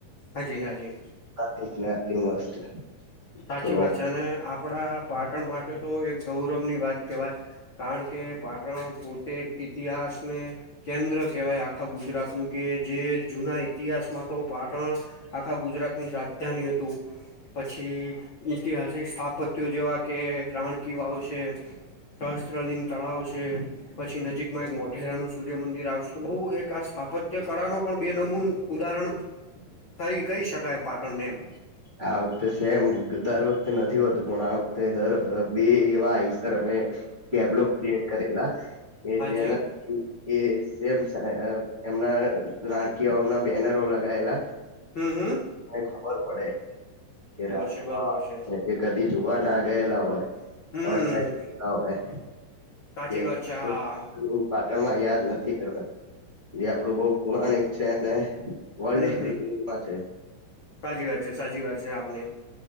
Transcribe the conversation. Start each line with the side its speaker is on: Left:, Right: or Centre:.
Left: હાજી હાજી
Right: હા એટલે આટલી <unintelligible>
Left: સાચી
Right: તો
Left: વાત છે, અને આપડા. પાટણ માટે તો એક ગૌરવની વાત કહેવાય કારણ કે પાટણ પોતે. ઇતિહાસને કેન્દ્ર કહેવાય આખા ગુજરાતનું કે જે જૂના. ઇતિહાસમાં તો પાટણ આખા ગુજરાતની રાજધાની હતું પછી. ઐતિહાસિક સ્થાપત્ય જેવા કે રાણકી વાવશે સહસ્ત્રલિંગ. તળાવ છે, પછી નજીકમાં એક મોઢેરાનું સૂર્યમંદિર આવશે તો બહુ એક આ સ્થાપત. તે કળા નુ પણ બે નંબરનું ઉદાહરણ થઈ કહી શકાય પાટણને એમ.
Right: આ વખતે સેમ દર વખતે નથી હોતું પણ આ વખતે દર બે એવા આઈસર અમે. કેબ્લો ક્રિએટ કરેલા કે
Left: હાજી
Right: જેના. એ <unintelligible> એમના રાણકીવાવ ના બેનરો લગાયેલા.
Left: હમ્મ હમ્મ.
Right: મને ખબર પડે કે રામાં
Left: છે બરોબર છે
Right: કે કદી જોવા ના ગયેલા હોય.
Left: હમ
Right: ફસ્ટ ટાઈમ
Left: સાચી વાત છે હા
Right: <unintelligible> પાટણ માં યાદ નથી કરતા જે આપડું બહું પૌરાણિક છે, અને. વર્લ્ડ
Left: હમ
Right: હેરીટેજમાં
Left: હમ
Right: છે.
Left: સાચી વાત છે, સાચી વાત છે, આપની